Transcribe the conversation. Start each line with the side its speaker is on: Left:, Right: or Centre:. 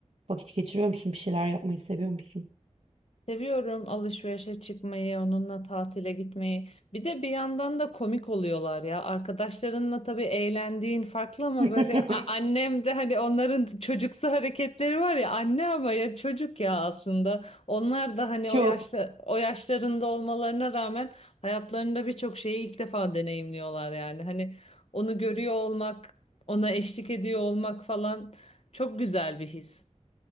Right: vakit geçiriyor musun? Bir şeyler yapmayı seviyor musun?
Left: Seviyorum alışverişe çıkmayı, onunla tatile gitmeyi. Bir de bir yandan da komik oluyorlar ya. Arkadaşlarınla tabii eğlendiğin farklı ama
Right: <laughs>
Left: böyle a- annem de hani onların çocuksu hareketleri var ya anne ama ya çocuk ya aslında. Onlar da hani
Right: Çok.
Left: o yaşta o yaşlarında olmalarına rağmen hayatlarında birçok şeyi ilk defa deneyimliyorlar yani. Hani onu görüyor olmak, ona eşlik ediyor olmak falan çok güzel bir his.